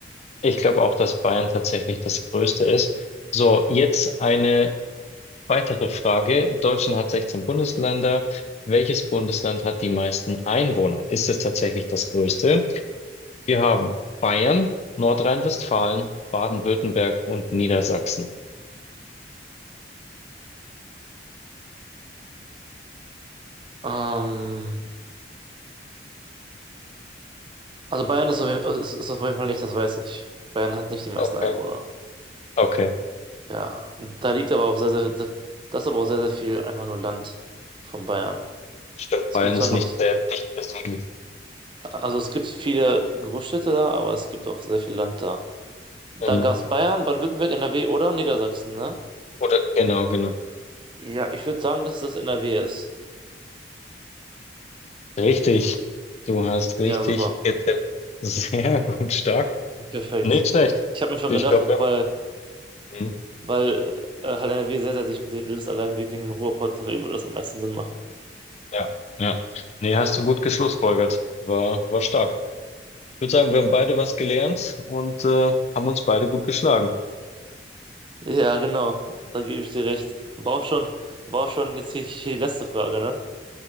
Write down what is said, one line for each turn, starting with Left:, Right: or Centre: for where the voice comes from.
Left: Ich glaube auch, dass Bayern tatsächlich das Größte ist. So, jetzt eine weitere Frage. Deutschland hat 16 Bundesländer. Welches Bundesland hat die meisten Einwohner? Ist es tatsächlich das Größte? Wir haben Bayern, Nordrhein-Westfalen, Baden-Württemberg und Niedersachsen.
Right: Ähm, also Bayern ist auf, jeden- ist, ist auf jeden Fall nicht, das weiß ich. Bayern hat nicht die meisten
Left: Okay,
Right: Einwohner.
Left: Okay,
Right: Ja, da liegt aber auch sehr, sehr, das ist aber auch sehr, sehr viel einfach nur Land von Bayern.
Left: stimmt.
Right: Es
Left: Bayern
Right: gibt zwar
Left: ist
Right: noch,
Left: nicht sehr dicht besiedelt.
Right: also es gibt viele Großstädte da, aber es gibt auch sehr viel Land da. Dann
Left: Mhm.
Right: gab es Bayern, Baden-Württemberg, NRW oder Niedersachsen, ne?
Left: Oder Genau, genau.
Right: Ja, ich würde sagen, dass das NRW ist.
Left: Richtig. Du hast
Right: Ja,
Left: richtig
Right: super.
Left: getippt. <laughs> Sehr gut, stark.
Right: Perfekt.
Left: Nicht schlecht.
Right: Ich habe mir schon
Left: ich
Right: gedacht,
Left: glaube, wir
Right: weil,
Left: haben Mhm.
Right: weil äh, halt NRW sehr, sehr dicht besiedelt ist, allein we- wegen dem Ruhrpott, deswegen würde das am meisten Sinn machen.
Left: Ja, ja. Nee, hast du gut geschlussfolgert. War, war stark. Ich würde sagen, wir haben beide was gelernt und äh, haben uns beide gut geschlagen.
Right: Ja, genau, da gebe ich dir recht. War auch schon, war auch schon jetzt hier, hier die letzte Frage, ne?